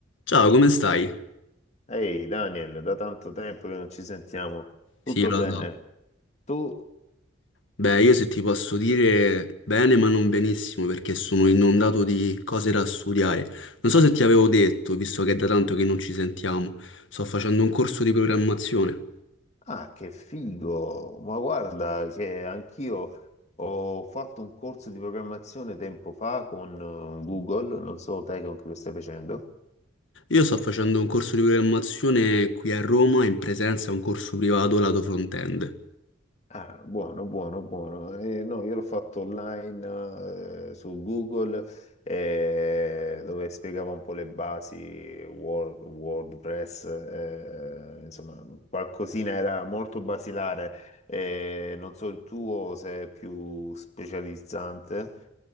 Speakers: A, on the left; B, on the left.
A: Ciao, come stai?
B: Ehi Daniel, da tanto tempo che non ci sentiamo. Tutto
A: Sì, lo
B: bene?
A: so.
B: Tu?
A: Beh, io se ti posso dire bene, ma non benissimo, perché sono inondato di cose da studiare. Non so se ti avevo detto, visto che è da tanto che non ci sentiamo, sto facendo un corso di programmazione.
B: Ah, che figo! Ma guarda che anch'io ho fatto un corso di programmazione tempo fa con eh, Google, non so te con chi lo stai facendo.
A: Io sto facendo un corso di programmazione qui a Roma, in presenza a un corso privato lato front-end.
B: Ah, buono, buono, buono. Eh, no, io l'ho fatto online eh, su Google eh, dove spiegava un po' le basi Word- WordPress, eh, insomma, qualcosina era molto basilare. Eh, non so il tuo se è più specializzante.